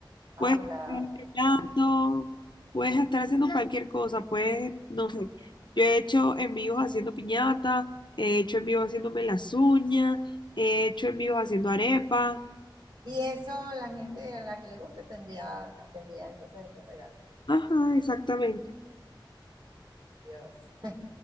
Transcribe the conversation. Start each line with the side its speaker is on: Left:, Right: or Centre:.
Right: Habla.
Left: Puedes estar
Right: ok.
Left: bailando, puedes estar haciendo cualquier cosa, puedes, no sé. Yo he hecho en envíos haciendo piñata, he hecho en envíos haciéndome las uñas, he hecho en envíos haciendo arepas.
Right: Y eso la gente a la que le gusta te envía, te envía entonces esos regalos.
Left: Ajá, exactamente.
Right: Dios,